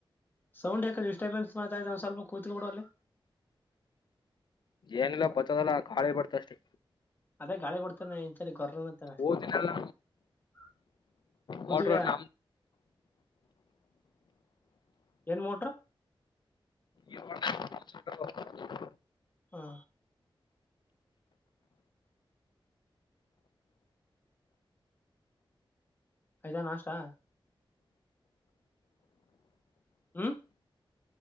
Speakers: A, on the left (about 20°); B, on the left (about 55°).
A: ಸೌಂಡ್ ಯಾಕ ಡಿಸ್ಟರ್ಬೆನ್ಸ್ ಮಾತತ ಒಂದ್ ಸ್ವಲ್ಪ ಕೂತ್ ಬಿಡಲ್ಲಿ
B: ಎನ್ ಲಾ ಪತ್ತೇದನ <unintelligible> ಕಾಳಿ ಬಡ್ತಷ್ಟೆ
A: ಅದೇ ಗಾಳಿ ಬರ್ತ್ ಎನ್ಚರಿ ಗೊರ್ಲಾನ್ತವ್
B: ಓದಿನಲ್ಲ
A: <unintelligible> ಕುುದಲಯ
B: ನೋಡ್ರ ನಮ್
A: ಏನ್ ಮೋಟ್ರು?
B: ಏನ್ ಮಾಡ್ <inaudible>
A: ಹಾ ಆಯ್ತಾ ನಾಷ್ಟಾ? ಹ್ಮ